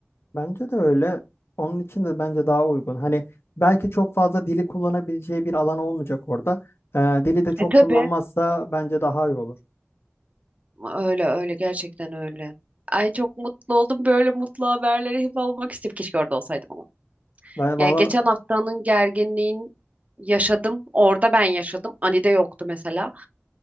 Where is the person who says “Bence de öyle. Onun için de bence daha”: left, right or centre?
Left